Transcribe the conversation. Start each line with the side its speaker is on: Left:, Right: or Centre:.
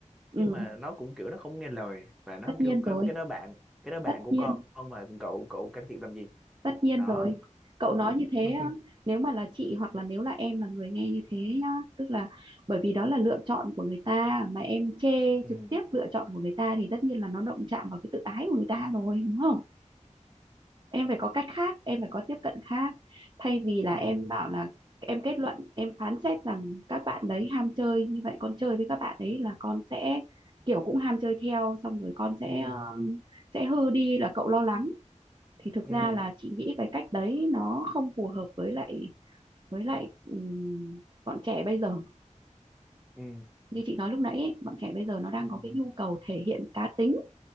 Right: ừ,
Centre: nhưng mà nó cũng kiểu nó không nghe lời và nó
Right: tất
Centre: kêu
Right: nhiên
Centre: cái
Right: rồi,
Centre: cái đó bạn cái đó bạn
Right: tất
Centre: của
Right: nhiên,
Centre: con mà cậu cậu can thiệp làm gì
Right: tất nhiên
Centre: đó
Right: rồi. Cậu nói như thế,
Centre: <laughs>
Right: á, nếu mà là chị hoặc là nếu là em là người nghe như thế nhá, tức là bởi vì đó là lựa chọn của người ta mà em chê
Centre: ừ
Right: trực tiếp lựa chọn của người ta thì tất nhiên là nó động chạm vào cái tự ái của người ta rồi, đúng không? em phải có cách khác em phải có tiếp cận khác thay vì là
Centre: ừ
Right: em bảo là em kết luận em phán xét rằng các bạn đấy ham chơi như vậy con chơi với các bạn ấy là con sẽ kiểu cũng ham chơi theo xong rồi con sẽ
Centre: ừ
Right: ờ, sẽ hư đi là cậu lo lắng thì thực
Centre: ừ
Right: ra là chị nghĩ cái cách đấy nó không phù hợp với lại với lại ừm, bọn trẻ bây giờ
Centre: ừ
Right: như chị nói lúc nãy ấy, bọn trẻ bây giờ nó đang
Centre: ừ
Right: có cái nhu cầu thể hiện cá tính